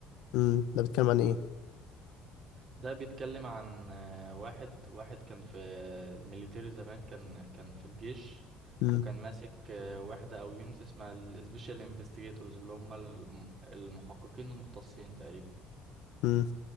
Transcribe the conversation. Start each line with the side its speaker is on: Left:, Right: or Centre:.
Left: امم ده بيتكلم عن ايه
Right: ده بيتكلم عن آه، واحد واحد كان في الميليتري زمان كان كان في الجيش
Left: امم
Right: وكان ماسك آه، وحدة او يونت اسمها السبيشال انفستيجيتورز اللي هم الم- المحققين المختصين تقريبا
Left: امم